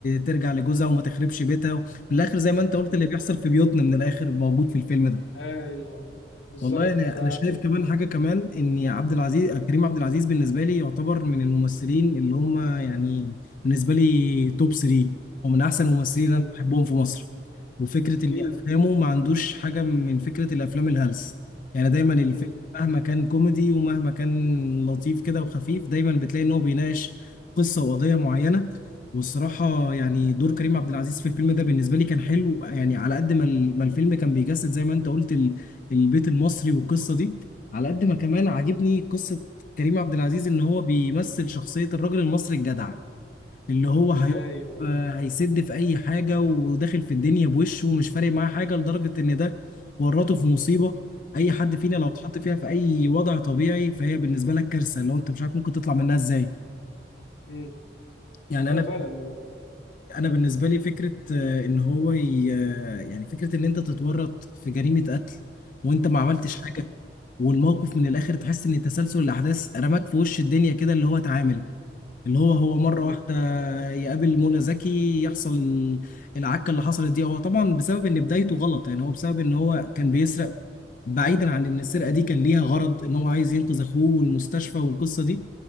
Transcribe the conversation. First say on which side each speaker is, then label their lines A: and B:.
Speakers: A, on the left; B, on the left.
A: ترجع لجوزها وما تخربش بيتها من الاخر زي ما انت
B: بالظبط
A: قلت اللي بيحصل في بيوتنا من الاخر موجود في الفيلم ده
B: ايوه بالظبط
A: والله انا
B: ف
A: انا شايف كمان حاجه كمان ان عبد العزيز كريم عبد العزيز بالنسبه لي يعتبر من الممثلين اللي هم يعني بالنسبه لي توب 3 ومن احسن الممثلين
B: مم.
A: اللي انا بحبهم في مصر وفكره
B: اكيد
A: ان افلامه ما عندوش حاجه من فكره الافلام الهلس يعني دايما الفيلم
B: مم.
A: مهما كان كوميدي ومهما كان لطيف كده وخفيف دايما بتلاقي ان هو بيناقش قصه وقضيه معينه والصراحه يعني دور كريم عبد العزيز في الفيلم ده بالنسبه لي كان حلو يعني على قد ما ال- ما الفيلم كان بيجسد زي ما انت قلت ال- البيت المصري والقصه دي على قد ما كمان عاجبني قصه كريم عبد العزيز ان هو بيمثل شخصيه الراجل المصري الجدع اللي هو هيقف
B: ايوه
A: آه، هيسد في اي حاجه وداخل في الدنيا بوشه ومش فارق معاه حاجه لدرجه ان ده ورطه في مصيبه اي حد فينا
B: مم.
A: لو اتحط فيها في اي وضع طبيعي فهي بالنسبه لك كارثه اللي هو انت مش عارف ممكن تطلع منها ازاي
B: مم.
A: يعني
B: ايوه
A: انا
B: فعلا مم.
A: انا بالنسبه لي فكره آه، ان هو ي- آه، يعني فكره ان انت تتورط في جريمه قتل وانت ما عملتش حاجه والموقف من الاخر تحس ان تسلسل الاحداث رماك في وش الدنيا كده اللي هو اتعامل اللي هو هو مرة
B: مم.
A: واحدة يقابل منى زكي يحصل ال- العكة اللي حصلت دي هو طبعا بسبب ان بدايته غلط يعني هو بسبب ان هو كان بيسرق بعيدا عن ان السرقة دي كان ليها غرض ان هو عايز ينقذ اخوه والمستشفى والقصة دي